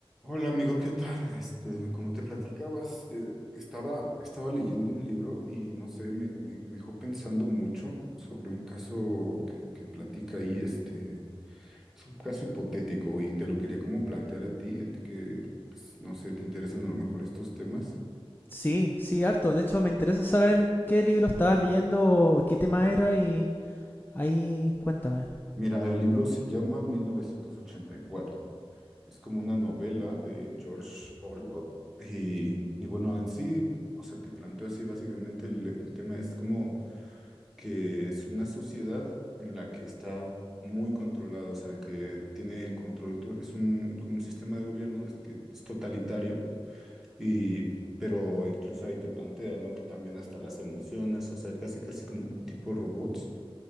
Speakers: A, in the centre; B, on the left.
A: Hola amigo, ¿qué tal? Este, como te platicaba, este, estaba, estaba leyendo un libro y no sé, me, me- me dejó pensando mucho sobre un caso que, que platica ahí, este, es un caso hipotético y te lo quería como plantear a ti, a ti que, pues, no sé, te interesan a lo mejor estos temas.
B: Sí, sí, harto. De hecho, me interesa saber qué libro estabas leyendo, qué tema era y ahí cuéntame.
A: Mira, el libro se llama 1984. es como una novela de George Orwell y, y bueno, en sí, o sea, te planteo así básicamente el el tema es como que es una sociedad en la que está muy controlado, o sea, que tiene el control, to- es un, como un sistema de gobierno es que es totalitario, y, pero incluso ahí te plantean, ¿no? Que también hasta las emociones, o sea, casi casi como tipo robots,